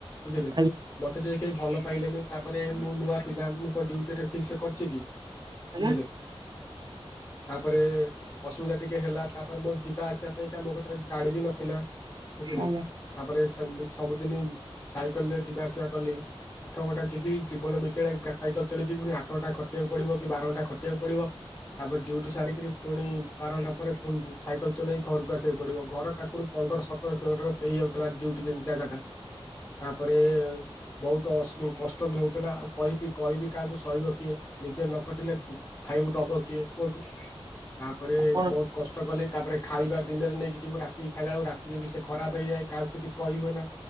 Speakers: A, on the left (about 25°); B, on the right (about 45°).
A: ବୁଝିଲେ
B: ଆଜ୍ଞା
A: ମତେ ଟିକେ କେହି ଭଲ ପାଇଲେନି ତାପରେ ମୁଁ ନୂଆ ପିଲା ମୁଁ କଣ ଡୁଟି ଠିକ ସେ କରିଚି କି
B: ଆଜ୍ଞା
A: ବୁଝିଲେ ତାପରେ ଅସୁବିଧା ଟିକେ ହେଲା ତାପରେ ମୋର ଯିବା ଆସିବା ପାଇଁକା ମୋ ପାଖରେ ଗାଡି ବି ନଥିଲା ବୁଝିଲେ
B: ଆଜ୍ଞା
A: ତାପରେ ସବୁଦିନ ସାଇକେଲ ରେ ଯିବା ଆସିବା କଲି ଆଠ ଘଟା ଯିବି ଜୀବନ ବିକେଳେ ସାଇକେଲ ଚାଲିଚଛି ପୁଣି ଆଠ ଘଣ୍ଟା ଖଟିବାକୁ ପଡିବ କି ବାର ଘଣ୍ଟା ଖଟିବାକୁ ପଡିବ ତାପରେ ଡିୟୁଟି ସାରିକିରି ପୁଣି ବାରଘଣ୍ଟା ପରେ ପୁଣି ସାଇକେଲ ଚଲେଇ ଘରକୁ ଆସିବାକୁ ପଡିବ ଘର ପାଖରୁ ପନ୍ଦର ସତ ସତର କିଲୋମିଟର ପେଇଯାଉଥିଲା ଡିୟୁଟି ଯେ ଜାଗାଟା ତାପରେ ବହୁତ କଷ୍ଟ ବି ହଉଥିଲା ଆଉ କହିବି କହିବି କାହାକୁ ସହିବ କିଏ ନିଜେ ନ ଖଟିଲେ ଖାଇବୁ ଦବ କିଏ କୁହନ୍ତୁ ତାପରେ
B: ଆପଣ
A: ବୋହୁତ କଷ୍ଟ ଷ୍ଟ କଲେ ତାପରେ ଖାଇବା ଦିନରେ ନେଇକି ଯିବୁ ରାତିକି ଖାଇଲା ବେଳକୁ ରାତିରେ ବି ସେ ଖରାପ ହେଇଯାଏ କାହାକୁ କିଛି କହିହୁଏ ନା।